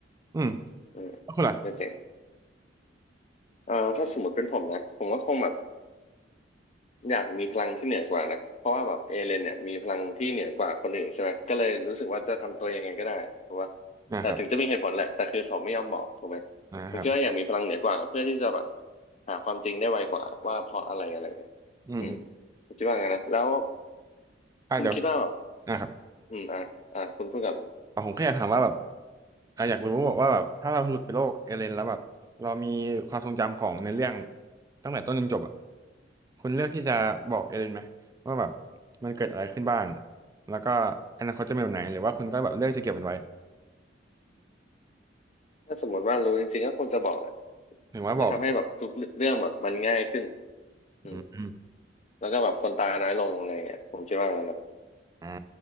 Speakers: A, on the right; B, on the left.
A: อืม
B: อืม
A: แล้วคุณล่ะ
B: ก็เจ๋งเอ่อถ้าสมมติเป็นผมนะผมก็คงแบบ อยากมีพลังที่เหนือกว่านะเพราะว่าแบบเอเลนเนี่ยมีพลังที่เหนือกว่าคนอื่นใช่ไหมก็เลยรู้สึกว่าจะทำตัวยังไงก็ได้เพกาะว่า
A: นะครับ
B: แต่ถึงจะมีเหตุผลแหละแต่คือเขาไม่ยอมบอกถูกไหม
A: นะครับ
B: ผมคิดว่าอยากมีพลังเหนือกว่าเพื่อที่จะแบบหาความจริงได้ไวกว่าว่าเพราะอะไรอะไรเนี่ยอืม
A: อืมอืม
B: ผมคิดว่าไงนะแล้ว
A: อ่าเดี๋ยว
B: คุณคิดว่าแบบ
A: นะครับ
B: อืมอ่ะอ่ะคุณพูดกันเลย
A: แต่ผมแค่อยากถามว่าแบบอ่ะอยากรู้ว่าแบบถ้าเราหลุดไปโลกเอเลนแล้วแบบเรามีความทรงจำของในเรื่องตั้งแต่ต้นจนจบอ่ะคุณเลือกที่จะบอกเอเลนไหมว่าแบบมันเกิดอะไรขึ้นบ้างแล้วก็อนาคตจะเป็นแบบไหนหรือว่าคุณก็แบบเลือกจะเก็บมันไว้
B: ถ้าสมมติว่ารู้จริงๆก็คงจะบอกแหละ
A: หรือว่าบอก
B: จะทำให้แบบทุกเรื่องแบบมันง่ายขึ้นอืม
A: อืมอืม
B: แล้วก็แบบคนตายน้อยลงอะไรเงี้ยผมคิดว่างั้นนะ
A: อ่า